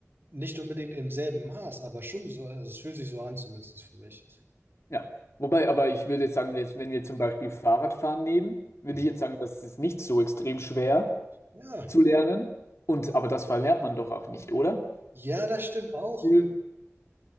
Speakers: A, on the right; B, on the left.
A: nicht unbedingt im selben Maß, aber schon so, also es fühlt sich so an, zumindest für mich.
B: ja. Wobei, aber ich würde jetzt sagen, jetzt, wenn wir zum Beispiel Fahrradfahren nehmen, würde
A: Mhm.
B: ich jetzt sagen, das ist nicht so extrem schwer
A: Ja,
B: zu lernen. Und aber das verlernt man doch auch nicht, oder?
A: ja, das stimmt auch.
B: Oder?